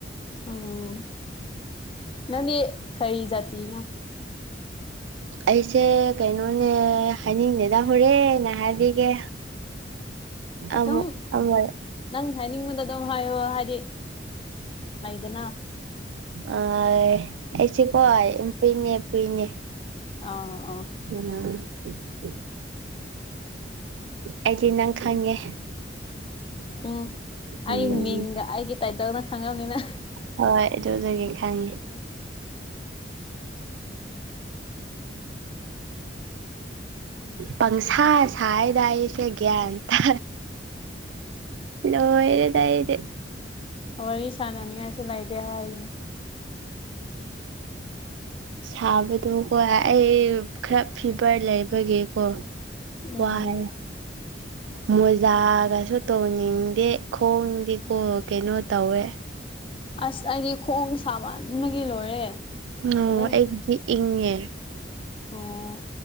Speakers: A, on the left; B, on the right.
A: ꯎꯝ ꯅꯪꯗꯤ ꯀꯔꯤ ꯖꯥꯇꯤꯅꯣ
B: ꯑꯩꯁꯦ ꯀꯩꯅꯣꯅꯦ ꯍꯥꯏꯅꯤꯡꯗꯦꯗ ꯍꯣꯔꯦꯟꯅ ꯍꯥꯏꯕꯤꯒꯦ
A: ꯑꯗꯨꯝ
B: ꯑꯃꯨꯛ ꯑꯃ
A: ꯅꯪ ꯍꯥꯏꯅꯤꯡꯕꯗ ꯑꯗꯨꯝ ꯍꯥꯏꯌꯣ ꯍꯥꯏꯗꯤ ꯂꯩꯗꯅ
B: ꯑ ꯑꯩꯁꯦꯀꯣ ꯌꯝ ꯀꯨꯏꯅꯦ ꯄꯨꯨꯏꯅꯦ
A: ꯑꯥ ꯑꯥ
B: <unintelligible> ꯑꯩꯗꯤ ꯅꯪ ꯈꯪꯉꯦ
A: ꯎꯝ ꯑꯩ
B: ꯎꯝ
A: ꯃꯤꯡꯒ ꯑꯩꯒꯤ ꯇꯥꯏꯇꯜꯅ ꯈꯪꯉꯝꯅꯤꯅ
B: ꯍꯣꯏ ꯑꯗꯨꯗꯒꯤ ꯈꯪꯉꯤ
A: <inaudible>
B: ꯄꯪꯁꯥ ꯁꯥꯏꯗ ꯑꯩꯁꯦ ꯒ꯭ꯥꯌꯟ ꯇꯥ ꯂꯣꯏꯔꯦꯗ ꯑꯩꯗꯤ
A: ꯋꯥꯔꯤ ꯁꯥꯟꯅꯅꯤꯡꯉꯥꯏꯁꯨ ꯂꯩꯇꯦ ꯍꯥꯏꯔꯤꯅꯤ <unintelligible>
B: ꯁꯥꯕꯗꯣꯀꯣ ꯑꯩ ꯈꯔ ꯐꯤꯚꯔ ꯂꯩꯕꯒꯤꯀꯣ
A: ꯎꯝ
B: ꯋꯥꯏ ꯃꯣꯖꯥꯒꯁꯨ ꯇꯣꯅꯤꯡꯗꯦ ꯈꯣꯡꯗꯤꯀꯣ ꯀꯩꯅꯣ ꯇꯧꯋꯦ
A: ꯑꯁ ꯑꯩꯗꯤ ꯈꯣꯡ ꯁꯥꯃꯟꯕꯒꯤ ꯂꯣꯏꯔꯦ
B: ꯑꯣ
A: ꯑꯗꯨꯝ
B: ꯑꯩꯒꯤꯗꯤ ꯏꯪꯉꯦ
A: ꯑꯣ